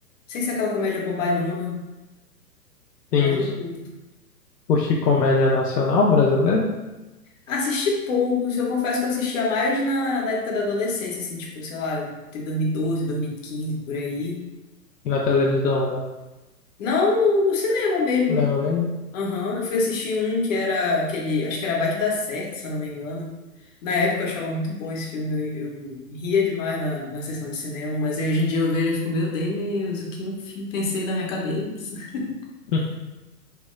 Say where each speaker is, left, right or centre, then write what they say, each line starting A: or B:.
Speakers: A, on the left (about 55°); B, on the left (about 80°).
A: Sem ser aquela comédia bobalhona,
B: Sim,
A: mas eu curto.
B: curte comédia nacional brasileira?
A: Assisti poucos, eu confesso que eu assistia mais na, na época da adolescência, assim, tipo, sei lá, entre 2012 e 2015, por aí.
B: Na televisão, né?
A: Não no, no cinema mesmo.
B: Cinema mesmo?
A: Aham, eu fui assistir um que era aquele. Acho que era Vai Que Dá Certo, se eu não me engano. Na época eu achava muito bom esse filme, eu, eu ria demais na, na sessão de cinema, mas aí hoje em dia eu vejo e fico, meu Deus, o que eu fi- pensei na minha cabeça? <laughs>
B: Hum.